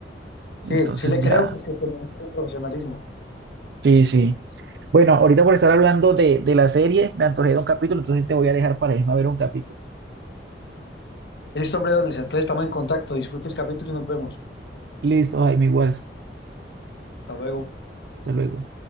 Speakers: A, on the left (about 75°); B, on the right (about 70°).
A: Sí,
B: Entonces
A: sí le
B: ya.
A: creo porque se mucho profesionalismo.
B: Sí, sí. Bueno, ahorita por estar hablando de, de la serie, me antojé de un capítulo, entonces te voy a dejar para irme a ver un capítulo.
A: Listo, hombre, Donis, entonces estamos en contacto. Disfrute el capítulo y nos vemos.
B: Listo, Jaime, igual.
A: Hasta luego.
B: Hasta luego.